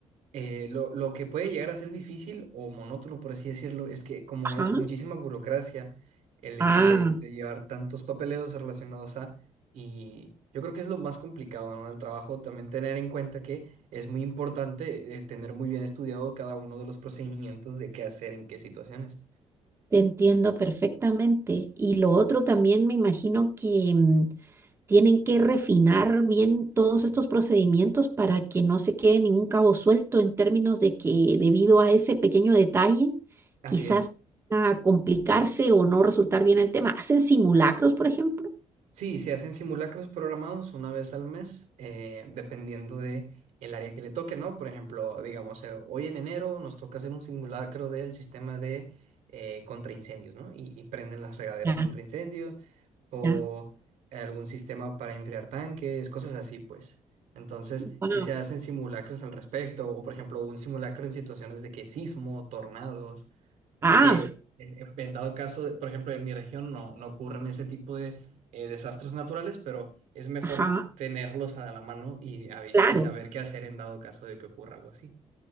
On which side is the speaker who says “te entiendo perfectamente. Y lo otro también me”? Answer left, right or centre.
Right